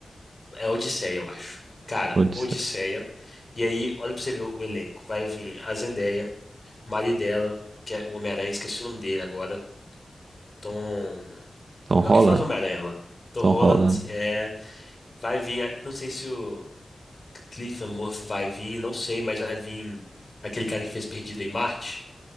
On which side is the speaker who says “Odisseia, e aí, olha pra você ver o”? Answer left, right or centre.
Left